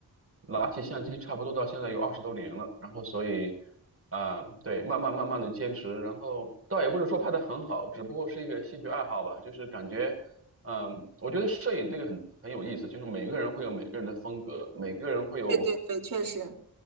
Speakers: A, on the right; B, on the right.
A: 拿起相机差不多到现在有二十多年了，然后所以啊、对，慢慢慢慢的坚持，然后倒也不是说拍的很好，只不过是一个兴趣爱好吧，就是感觉嗯，我觉得摄影这个很很有意思，就是每个人会有每个人的风格，每个人会有，
B: 对对对，确实，